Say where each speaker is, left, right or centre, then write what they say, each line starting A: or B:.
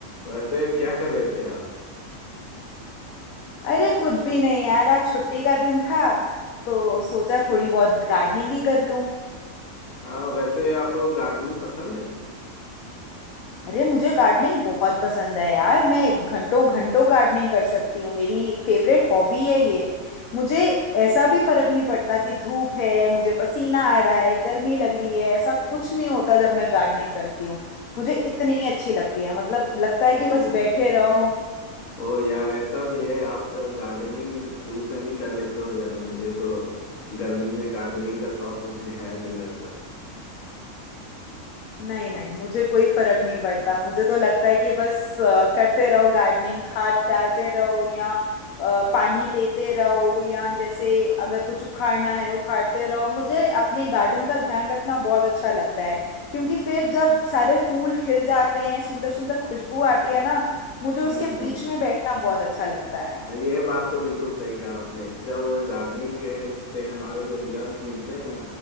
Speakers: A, on the left (about 65°); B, on the left (about 80°).
A: वैसे क्या कर रहे थे आप
B: अरे कुछ भी नहीं यार आज छुट्टी का दिन था तो सोचा थोड़ी बहुत गार्डनिंग ही कर लूं
A: हाँ वैसे आपको गार्डनिंग पसंद है
B: अरे मुझे गार्डनिंग बहुत पसंद है यार मैं घंटों घंटों गार्डनिंग कर सकती हूँ मेरी फेवरेट हॉबी है ये मुझे ऐसा भी फर्क नहीं पड़ता कि धूप है मुझे पसीना आ रहा है गर्मी लग रही है ऐसा कुछ नहीं होता जब मैं गार्डनिंग करती हूँ मुझे इतनी अच्छी लगती है मतलब लगता है कि
A: ओ
B: बस बैठे
A: भाई
B: रहो
A: ओ यार ऐसा भी है आप गार्डनिंग धूप में भी कर लेते हो यार मुझे तो गर्मी में गार्डनिंग का शौक कुछ नहीं है नहीं वैसा
B: नहीं नहीं मुझे कोई फर्क नहीं पड़ता मुझे तो लगता है कि बस अ, करते रहो गार्डनिंग खाद डालते रहो या अ, पानी देते रहो या जैसे अगर कुछ उखाड़ना है उखाड़ते रहो मुझे अपने गार्डन का ध्यान रखना बहुत अच्छा लगता है क्योंकि फिर जब सारे फूल खिल जाते हैं सुंदर सुंदर खुशबू आती है ना मुझे उसके
A: हम्म हम्म
B: बीच में बैठना बहुत अच्छा लगता है
A: ये बात तो बिल्कुल सही कहा आपने जब गार्डनिंग के से हमारे जो रिजल्ट्स मिलते हैं ना